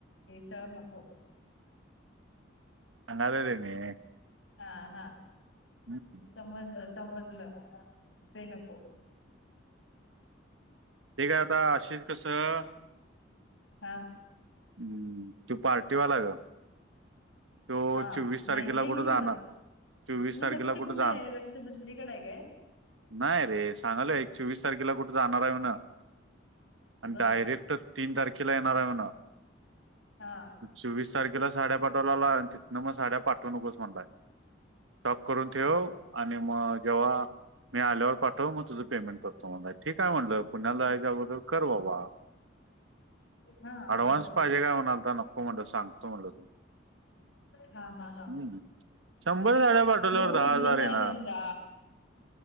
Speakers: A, on the left; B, on the right.
A: चर नको.
B: न देने.
A: हा हा
B: हम्म
A: समज समजलं ते नको.
B: ते काय आता अशीष कसं.
A: हा.
B: हम्म तू पार्टीवाला ग. तो
A: हा
B: चोवीस
A: माहितीय
B: तारखेला कुठे
A: की बला.
B: जाणार चोवीस
A: तुझं
B: तारखेला
A: लक्ष कुठे
B: जाणार
A: आहे लक्ष दुसरीकडे काय?
B: नाही रे सांगाल एक चोवीस तारखेला कुठे जाणार आहे ना आणि
A: बर
B: डायरेक्ट तीन तारखेला येणारा आहेण.
A: हा.
B: चोवीस तारखेला साड्या पाठवला आला तिथनं मग साड्या पाठवू नकोस म्हणला. टॉप करून ठेव
A: बर
B: आणि मग जेव्हा मी आल्यावर पाठव मग तुझ? पेमेंट करतो मला ठीकय म्हंटलं पुण्याला जायच्याबगदर करवा बा.
A: हा. बरोबर
B: डव्ह्स
A: आहे
B: पाहिजे का म्हणालता नको म्हटलं सांगतो म्हटलं तुला?
A: हा हा.
B: हम्म शंभर साड्या पाठवल्यावर
A: तो
B: दहा
A: बिझनेस
B: हजार येणार
A: आहे त्यांचा